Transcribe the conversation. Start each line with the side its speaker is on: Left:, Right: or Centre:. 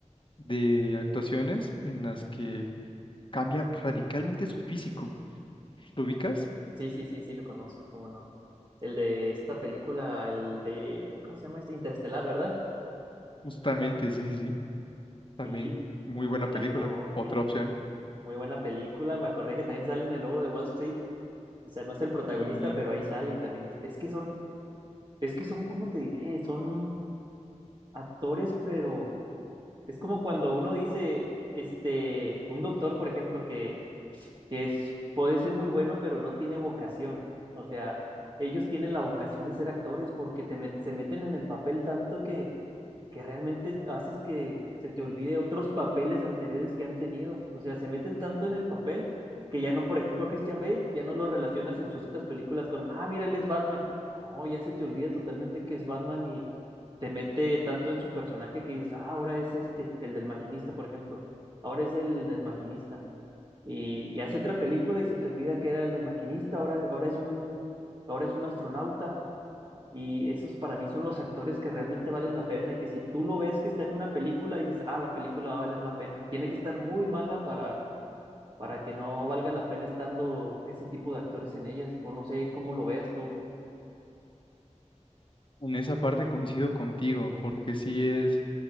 Left: de actuaciones en las que cambia radicalmente su físico. ¿Lo ubicas?
Right: sí, sí, sí, sí, lo conozco, cómo no. El de esta película, el de, ¿cómo se llama este? Interestelar, ¿verdad?
Left: Justamente, sí, sí, sí. También
Right: Sí,
Left: muy
Right: muy
Left: buena
Right: buen
Left: película,
Right: actor,
Left: otra
Right: sí,
Left: opción.
Right: muy buena película. Me acordé que también sale en El Lobo de Wall Street. O sea, no es el protagonista,
Left: Y
Right: pero ahí sale y también es, es que son, es que son, ¿cómo te diré? Son actores, pero Es como cuando uno dice, este, un doctor, por ejemplo, que, que es, puede ser muy bueno, pero no tiene vocación. O sea, ellos tienen la vocación de ser actores porque te met- se meten en el papel tanto que, que realmente haces que se te olvide otros papeles anteriores que han tenido. O sea, se meten tanto en el papel que ya no, por ejemplo, a Christian Bale, ya no lo relacionas en sus otras películas con, ah, mira, él es Batman. No, ya se te olvida totalmente que es Batman y te mete tanto en su personaje que dices, ah, ahora es este, el del maquinista, por ejemplo. Ahora es el del maquinista. Y, y hace otra película y se te olvida que era el del maquinista, ahora, ahora es un ahora es un astronauta y esos para mí son los actores que realmente valen la pena, que si tú lo ves que está en una película, dices, ah, la película va a valer la pena. Tiene que estar muy mala para, para que no valga la pena estando ese tipo de actores en ellas, o no sé cómo lo veas tú.
Left: en esa parte coincido contigo, porque sí es